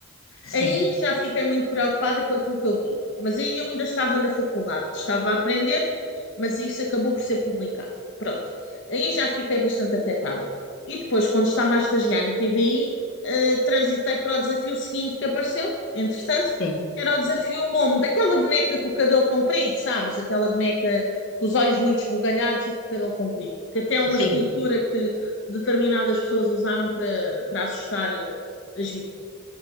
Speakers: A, on the left; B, on the left.
A: Sim,
B: Aí já fiquei muito preocupada com aquilo que eu vi. Mas aí eu ainda estava na faculdade, estava a aprender, mas isso acabou por ser publicado. Pronto. Aí já fiquei bastante afetada. E depois, quando estava a estagiar na TVI, transitei para o desafio seguinte que apareceu, entretanto,
A: sim,
B: era o desafio Momo, daquela boneca com o cabelo comprido, sabes? Aquela boneca com os olhos muito esbugalhados e com o cabelo comprido, que até é uma
A: sim,
B: escultura que determinadas pessoas usaram para, para assustar eh, as vítimas.